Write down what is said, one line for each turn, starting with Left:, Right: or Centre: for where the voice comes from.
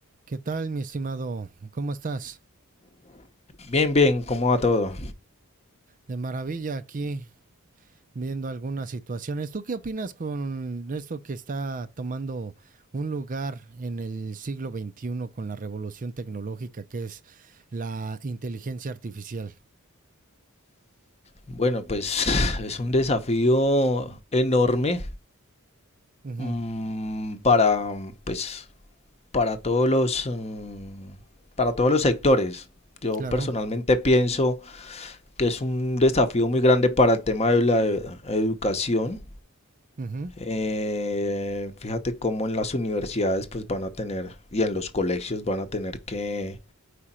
Right: ¿Qué tal, mi estimado? ¿Cómo estás?
Left: Bien, bien, ¿cómo va todo?
Right: De maravilla aquí viendo algunas situaciones. ¿Tú qué opinas con esto que está tomando un lugar en el siglo XXI con la revolución tecnológica que es la inteligencia artificial?
Left: Bueno, pues <laughs> es un desafío enorme
Right: Ujú,
Left: mm, para, pues, para todos los, mm, para todos los sectores. Yo
Right: claro,
Left: personalmente pienso que es un desafío muy grande para el tema de la e- educación.
Right: ujú,
Left: Eh, fíjate cómo en las universidades pues van a tener y en los colegios van a tener que